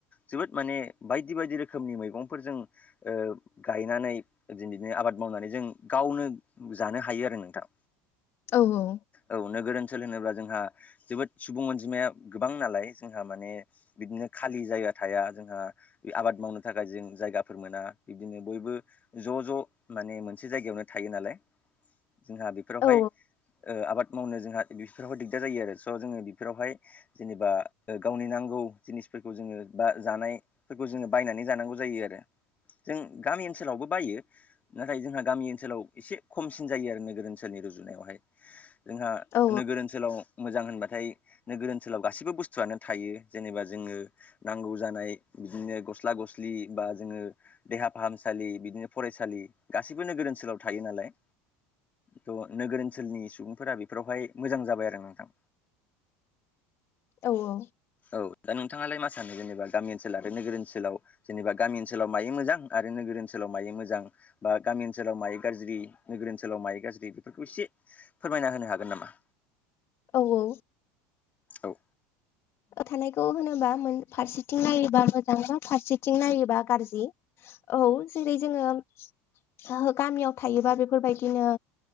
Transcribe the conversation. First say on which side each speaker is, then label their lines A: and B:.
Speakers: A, on the left; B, on the left.
A: जोबोद माने बायदि बायदि रोखोमनि मैगंफोरजों ओ गायनानै जों बिदिनो आबाद मावनानै जों गावनो जानो हायो आरो नोंथां।
B: औ-औ
A: औ नोगोर ओनसोल होनोब्ला जोंहा जोबोद सुबुं अनजिमाया गोबां नालाय जोंहा माने बिदिनो खालि जायगा थाया जोंहा आबाद मावनो थाखाय जों जायगाफोर मोना बिदिनो बयबो ज' ज' माने मोनसे जायगायावनो थायो नालाय। जोंहा बेफोरावहाय
B: औ
A: ओ आबाद मावनो जोंहा बेफोरावाय दिगदार जायो आरो स' जोङो बेफोरावहाय जेनेबा ओ गावनि नांगौ जिनिसफोरखौ जोङो बा जानाय फोरखौ जोङो बायनानै जानांगौ जायो। आरो जों गामि ओनसोलावबो बायो। नाथाय जोंहा गामि ओनसोलाव एसे खमसिन जायो आरो नोगोर ओनसोलनि रुजुनायावहाय। जोंहा
B: औ
A: नोगोर ओनसोलाव मोजां होनबाथाय नोगोर ओनसोलाव गासैबो बुस्थुआनो थायो। जेनेबा जोङो नांगौ जानाय बिदिनो गस्ला गस्लि बा जोङो देहा फाहामसालि बिदिनो फरायसालि गासैबो नोगोर ओनसोलाव थायो नालाय। थ' नोगोर ओनसोलनि सुबुंफोरा बेफोरावहाय मोजां जाबाय आरो नोंथां
B: औ-औ
A: औ दा नोंथाङालाय मा सानो जेनेबा गामि ओनसोल आरो नोगोर ओनसोलाव जेनबा गामि ओनसोलाव मायो मोजां आरो नोगोर ओनसोलाव मायो मोजां? बा गामि ओनसोलाव मायो गाज्रि नोगोर ओनसोलाव माय गाज्रि बेफोरखौ एसे फोरमायना होनो हागोन नामा?
B: औ-औ
A: औ
B: थानायखौ होनोबा मोन फारसेथिं नायोबा मोजां बा फारसेथिं नायोबा गारजि औ जेरै जोङो ओ गामियाव थायोबा बे बेफोरबायदिनो